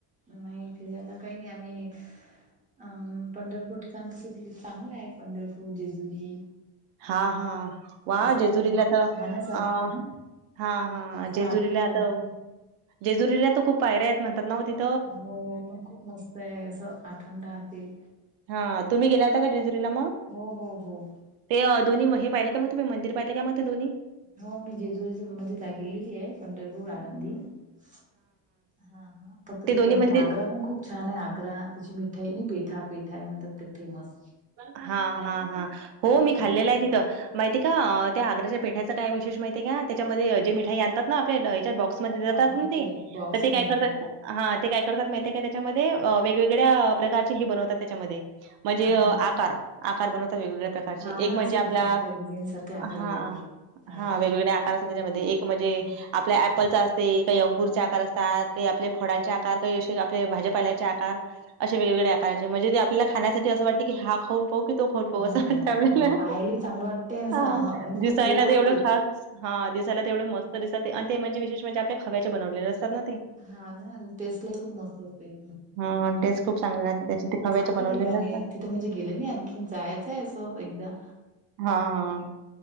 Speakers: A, on the right; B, on the right.
A: नाही फिरायला काही नाही आम्ही अम पंढरपूर ठिकाण तसं चांगलं आहे पंढरपूर, जेजुरी
B: हा, हा वा
A: तसं
B: जेजुरीला तर अ
A: पाहण्यासारखे आहे ना
B: हा, हा
A: असं
B: जेजुरीला
A: आठवण राहते
B: आता जेजुरीला तर खूप पायऱ्या आहेत म्हणतात ना तिथ
A: हो पण खूप मस्त आहे आठवण राहते.
B: हा तुम्ही गेला होता का जेजुरीला मग?
A: हो, हो, हो.
B: ते दोन्ही हे पाहिले का मग तुम्ही मंदिर पाहिले का मग ते दोन्ही
A: हो मी जेजूरी म्हणजे जा गेलेली आहे पंढरपूर, आळंदी हा, हा फक्त ते
B: दोन्ही
A: म्हटलं
B: मंदिर
A: आग्रा पण खूप छान आहे. आग्रा तिची मिठाई नाही पेठा, पेठा आहे म्हणतात. फेमस
B: हा, हा हा हो
A: तेच
B: मी
A: बाकी
B: खाल्लेलं
A: काय
B: आहे तिथं माहितीय का
A: हा
B: त्या आग्राच्या पेठायचा काय विशेष माहितीय का त्याच्यामध्ये जे मिठाई आणतात ना आपल्या्याच्या बॉ म जातात
A: हा हा
B: ना ते
A: बॉक्सच
B: तर ते काय
A: भेटते
B: करतात.
A: ना
B: हा ते काय करतात माहित का त्याच्यामध्ये वेगवेगळ्या प्रकारची हे बनवतात त्याच्यामध्ये म्हणजे
A: हो
B: आकार आकार बनवता वेगवेगळ्या प्रकार
A: हा ना
B: म्हणजे
A: असे
B: आपला
A: आकार डिझाईन सारखे आकार
B: हा
A: वेगवेगळे हाव
B: हा वेगवेगळे
A: काय
B: आकार असतात एक म्हणजे.
A: हा
B: आपल्या ऍपलचा असते काही अंगूरचे आकार असतात काही आपले फळांचे आकार काही असे आपले भाजीपाल्याचे आकार. असे वेगवेगळे आकाराचे म्हणजे आपल्या खाण्यासाठी असं वाटतं की हा खाऊ
A: हा
B: अस
A: हा
B: त्याळेला
A: असं पाहायला चांगलं वाटते आणि असं
B: हा
A: हां आणि खूप
B: दिसायला
A: गोड
B: ते
A: असते
B: एवढं खास हा दिसायला तेवढे मस्त दिसातत ते आणि ते म्हणजे विशेष म्हणजे आपल्या खव्याचे बनवलेले असतात ना ते.
A: हा ना टेस्टला ही खूप मस्त असते.
B: हा टेस्ट खूप चांगली राहते त्याच्या ते खवायचे
A: चांगल्या
B: बनवलेले.
A: ठिकाणी आहेत तिथं गेले नाही आणखीन जायचंय असं एकदा
B: हा हा,